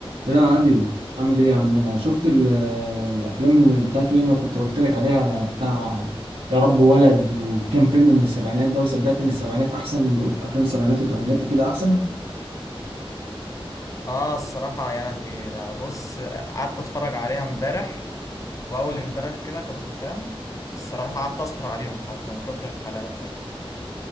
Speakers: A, on the right; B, on the left.
A: يا علي عامل ايه يا عم انا شفت ال- الافلام بتاعت اللي انا كنت قلت لك عليها بتاع يا رب ولد وكام فيلم من السبعينات ده وصدقت ان السبعينات احسن من افلام السبعينات والثمانينات وكده احسن
B: اه الصراحة يا لهوي ده بص قعدت اتفرج عليها امبارح واول امبارح كده كنت فاهم الصراحة قعدت اسهر عليهم حتى من كتر الحلاوة بتاعتها